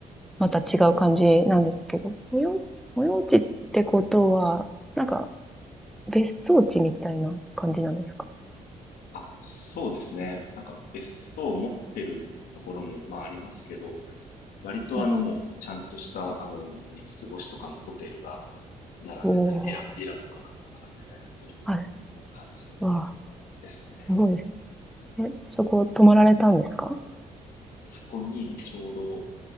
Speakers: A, in the centre; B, on the left (about 80°).
A: また違う感じなんですけど、保養、保養地ってことは、なんか別荘地みたいな感じなんですか
B: あ、そうですね。なんか別荘を持ってるところも、まあありますけど、割とあのもうちゃんとしたあの五つ星とかのホテルが
A: はい
B: 並んでたり、
A: おー、
B: ビラ、ビラとかがこう並んでたりする
A: はい。
B: 感じ
A: わあ、
B: ですね。
A: すごいです。え、そこ泊まられたんですか
B: そこにちょうど